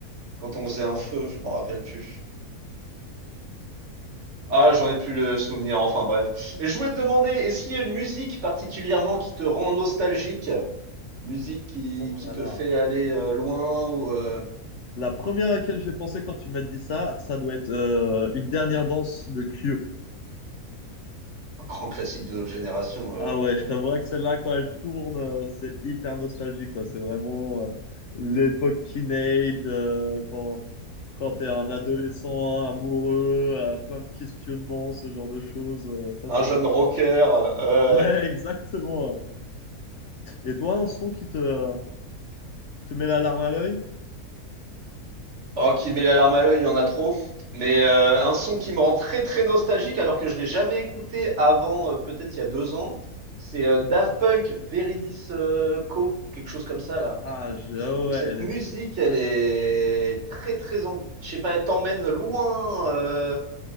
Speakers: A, on the right (about 50°); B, on the left (about 65°).
A: quand on faisait un feu, je m'en rappelle plus. Ah, j'en ai plus le souvenir, enfin bref. Et je voulais te demander, est-ce qu'il y a une musique particulièrement qui te rend nostalgique? Musique qui,
B: Oh
A: qui
B: là
A: te
B: là.
A: fait aller euh, loin ou euh,
B: La première à laquelle j'ai pensé quand tu m'as dit ça, ça doit être euh, une dernière danse de Kyo.
A: un grand classique de notre génération, euh,
B: Ah ouais,
A: c'est
B: je t'avouerais que celle-là, quand elle tourne, euh, c'est hyper nostalgique, quoi. C'est vraiment euh, l'époque teenage, euh, quand, quand t'es un adolescent hein, amoureux, euh, plein de questionnements, ce genre de choses. euh, ça,
A: un
B: c'est
A: jeune
B: vraiment...
A: rocker euh,
B: Ouais, <laughs> exactement. ouais. Et, et toi, un son qui te, euh, te met la larme à l'œil.
A: oh, qui met la larme à l'œil, il y en a trop. Mais euh, un son qui me rend très très nostalgique alors que je l'ai jamais écouté avant, euh, peut-être il y a deux ans, c'est euh, Daft Punk, Veridis euh, Co, ou quelque chose comme ça là.
B: Ah, je- ah
A: que
B: ouais, ouais,
A: cette
B: elle est
A: musique,
B: super.
A: elle est très, très, en- je sais pas, elle t'emmène loin. euh,